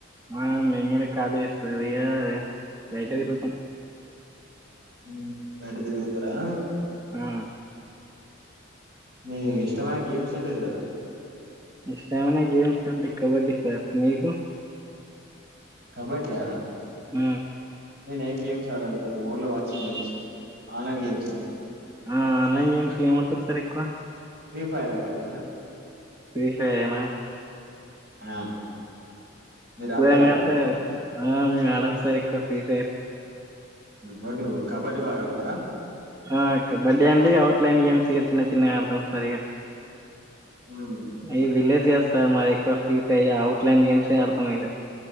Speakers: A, on the right; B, on the right.
A: ఆ మే కళీస్తదిగా లైట్తు
B: ఉమ్ బయట తిరుగుతారా
A: ఆ
B: మీ ఇష్టమైన గేమ్స్ ఏంటిది
A: ఇష్టమైన గేమ్స్ అంటే కబడ్డీ సార్ మీకు
B: కబడ్యా
A: ఊ
B: నేను ఏం గేమ్స్ ఆడను sir only watching games online games
A: ఆ ఆన్లైన్ గేమ్స్ ఏమంటది సార్ ఎక్కువ
B: ఫ్రీ ఫైర్ ఆడుతా సార్
A: ఫ్రీ ఫైర్ ఏనా
B: ఆ మీరు ఆడతారా
A: ఇవంతా
B: సార్
A: ఆ మేడంమ్ సార్క్క ఫీ స
B: బడీ కబడ్డి బాగా ఆడతారా
A: ఆ కబడ్డీ అంటే అఔట్లైన్ గేమ్స్ గా చిన్న చిన్న ఆడుతాం సరిగ
B: ఉమ్,
A: మీరు విలేజ్ సార్ మాది ఎక్కువ ఫ్రీ ఫైర్ అవుట్లైన్ గేమ్సే ఆడతాం ఇక